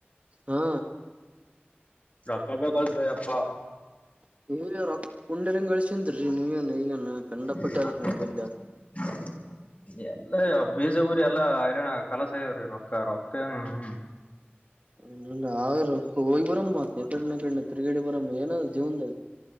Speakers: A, on the right; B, on the left.
A: ಹಾ
B: ರಕ್ಕ ಬೇಕಲ್ಪಾ ರಿ ಅಪ್ಪ
A: <unintelligible>
B: ಹ
A: ಆದ್ರಿ ನಂಬಲ್ಲಿ
B: ಎಲ್ಲ ಬೀಜ ಊರಿ ಎಲ್ಲಾ ರನ ಕಲಾಸಾಯವ್ರಿ ರೊಕ್ಕ ರೊಕ್ಕ ಹ್ಮ
A: ಇ ಅವರು ಹೋಗಿ ಬರಮ್ಮ ಮ ಎಕಡೆ ಕಡೆ ಅನಾ ತೀರ್ಗ್ಯಾಡಿ ಬರಮ್ಮ ಏನ ಆದ ಜೀವನಾ ದಾಗ